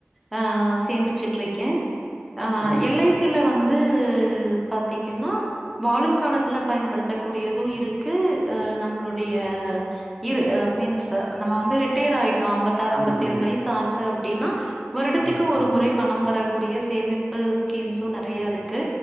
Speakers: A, in the centre; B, on the left.
A: ஆ சேமிச்சுட்ருக்கே ஆ
B: ம் ம்
A: எல் ஐ சி ல வந்து ம் பாத்தீங்கன்னா வாழும் காலத்துல பயன்படுத்தக்கூடியதுமக்ஷ இருக்கு அ நம்மளுடைய ஆ இரு அ மீன்ஸ் நம்ம வந்து ரி டேர் ஆயிட்டு அம்பத்தாறு அம்பத்தி
B: ம் ம்
A: ஏழு
B: ம்
A: வயசு ஆச்சு அப்டின்னா வருடத்துக்கு
B: ம் ம்
A: ஒரு முறை பணம் வர கூடிய சேமிப்பு ஸ்கீம்ஸு நெறைய இருக் கு